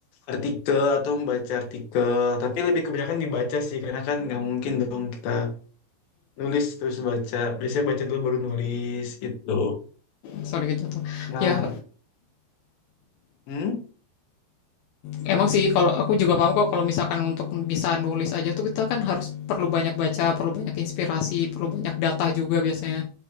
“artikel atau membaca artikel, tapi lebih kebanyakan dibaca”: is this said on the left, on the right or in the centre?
Left